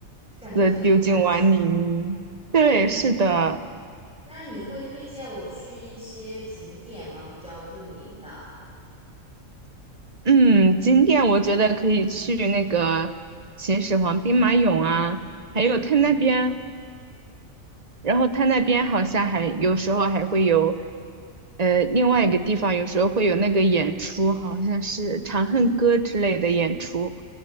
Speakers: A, in the centre; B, on the right.
A: 就感觉很有耐心。
B: 撕丢进碗里面。对，是的，
A: 那你会推荐我去一些景点吗？比较著名的？
B: 嗯，景点我觉得可以去那个秦始皇兵马俑啊，还有他那边，
A: 嗯，
B: 然后他那边好像还有时候还会有，呃，另外一个地方有时候会有那个演出，好像是《长恨歌》之类的演出，